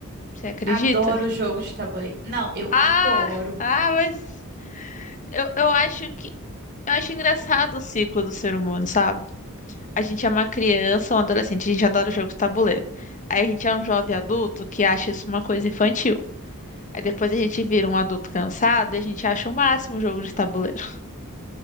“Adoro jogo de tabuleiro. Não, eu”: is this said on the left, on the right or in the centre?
Right